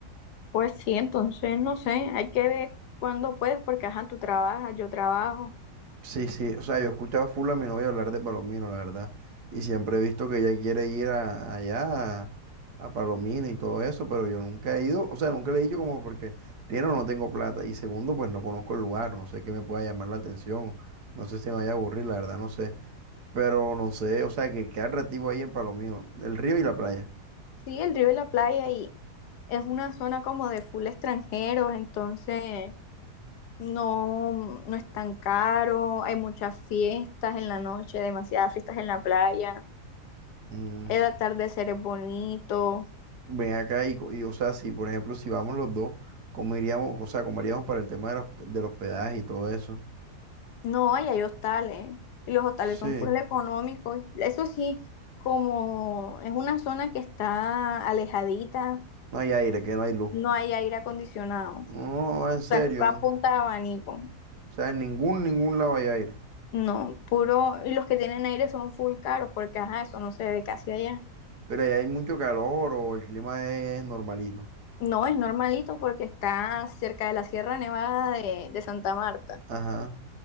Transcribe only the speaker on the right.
Sí, sí, o sea, yo he escuchado full a mi novia hablar de Palomino, la verdad, y siempre he visto que ella quiere ir a- allá, a, a Palomino y todo eso, pero yo nunca he ido, o sea, nunca le he dicho como porque, primero, no tengo plata, y segundo, pues no conozco el lugar, no sé qué me pueda llamar la atención, no sé si me vaya a aburrir, la verdad, no sé, pero no sé, o sea, que qué atractivo hay en Palomino, el río y la playa.
Mm,
ven acá y, co- y, o sea, si, por ejemplo, si vamos los dos, ¿cómo iríamos, o sea, cómo haríamos para el tema de los, del hospedaje y todo eso?
Sí.
No hay aire, que no hay luz.
No, en serio.
¿no?
O sea, en ningún, ningún lado hay aire.
Pero allá hay mucho calor o el clima es normalito.
Ajá,